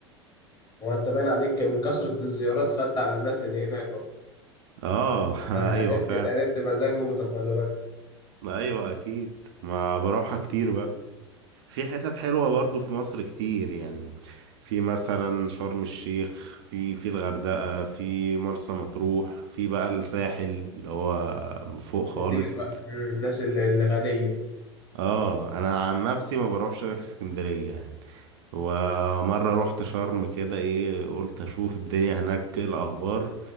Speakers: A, on the left; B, on the right.
A: هو أنت باين عليك من كثرة الزيارات خدت على الناس اللي هناك أهو
B: اه <laughs>
A: آه، عرفت
B: ايوه فعلا
A: عرفت مزاجهم وتقلباتهم
B: ما ايوه اكيد ما بروحها كتير بقى في حتت حلوه برضو في مصر كتير يعني في مثلا شرم الشيخ في في الغردقه في مرسى مطروح في بقى الساحل اللي هو فوق خالص
A: كتير بقى مم، الناس ال- الغنية
B: اه انا عن نفسي ما بروحش غير اسكندرية يعني ومرة رحت شرم كده ايه قلت اشوف الدنيا هناك إيه الاخبار